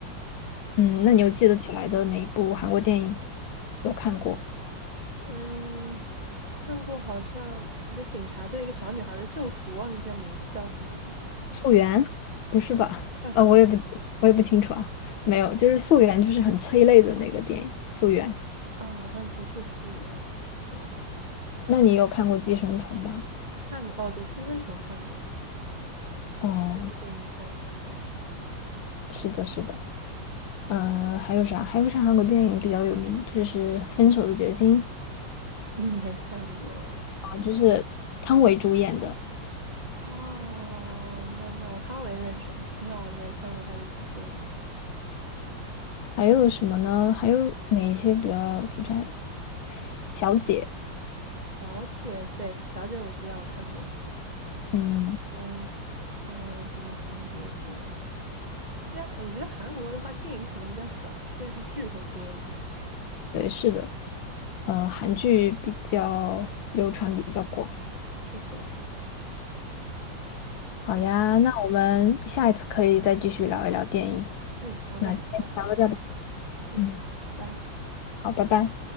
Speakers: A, on the left; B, on the right.
A: 嗯，那你有记得起来的哪一部韩国电影有看过？
B: 嗯，看过好像一个警察对一个小女孩的救赎，忘记叫名字叫什么了，
A: 《素媛》？不是吧？
B: 叫什么？
A: 呃，我也不我也不清楚啊，没有，就是《素媛》就是很催泪的那个电影，《素媛》。
B: 啊、好像不是《素媛。对，
A: 那你有看过《寄生虫》吗？
B: 看过。哦，对，《寄生虫》看过，
A: 哦，
B: 这部电影拍的挺好的。
A: 是的，是的。嗯，呃还有啥？还有啥韩国电影比较有名？就是《分手的决心》
B: 嗯，没看过哎。
A: 啊，就是汤唯主演的。
B: 哦，那那我汤唯认识，但是 <laughs> 我没看过她的电影。
A: 还有什么呢？还有哪一些比较主样小姐，
B: 嗯，小姐，对，小姐我知道，我看过。
A: 嗯，
B: 嗯，那还有什么韩国电影？其实我觉得韩国的话，电影可能比较少，电视剧会多一点。
A: 对，是的，呃，韩剧比较流传比较广。
B: 是的，是的。
A: 好呀，
B: 嗯
A: 那我们下一次可以再继续聊一聊电影。
B: 嗯，好的，
A: 那今天先聊到这儿吧。
B: 好的。嗯，
A: 嗯，
B: 好，拜拜。
A: 好，拜拜。